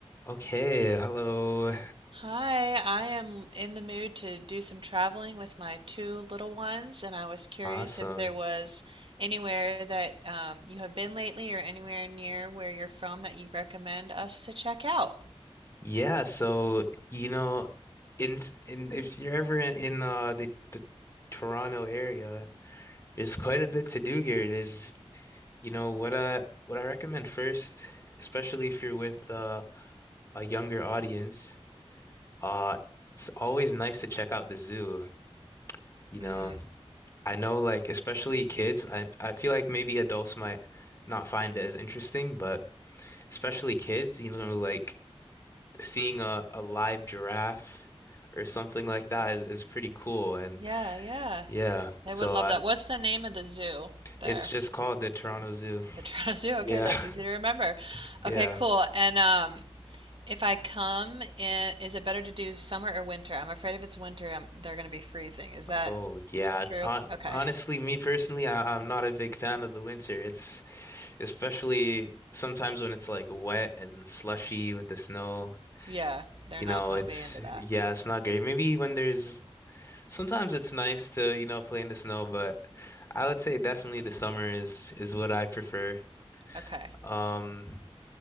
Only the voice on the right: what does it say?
Hi, I am in the mood to do some traveling with my two little ones, and I was curious
if there was anywhere that um, you have been lately or anywhere near where you're from that you recommend us to check out.
Mm,
yeah, yeah.
They
would love
that. What's the name of the zoo there?
The Toronto <laughs> Zoo.
Okay, that's easy to remember.
Okay, cool. And um, if I come in, is it better to do summer or winter? I'm afraid if it's winter, i they're going to be freezing. Is that
true?
Okay.
Yeah, they're
not
going
to be into that.
Okay.